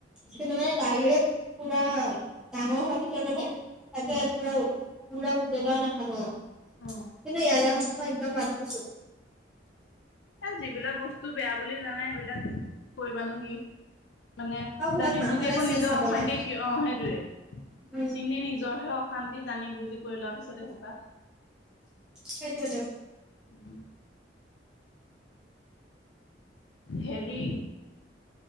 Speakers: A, in the centre; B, on the left.
A: কিন্তু মানে দাইৰেক পুৰা। ডাঙৰ হ পিছত মানে তাকে
B: উম
A: পুৰা পুৰা গোটেই দৰা নাহানো আও
B: উম
A: কিন্তু ইয়ালে আহা পাছত মই একদম বতদিছো
B: এ যিবিলাক বস্তু বেয়া বুলি জানে সেইবিলাক কৰিবানো কি মানে
A: আৰু
B: জানি
A: ঘৰত মাহত
B: বুজি আকৌ
A: আছে
B: নিজৰ
A: চাবলে
B: অশান্তি কি অ সেইটোৱে
A: উম
B: এনেই নিজৰহে অশান্তি জানি বুজি কৰি লোৱাৰ পিছত এসোপা
A: সেইটোতো
B: উম হেৰি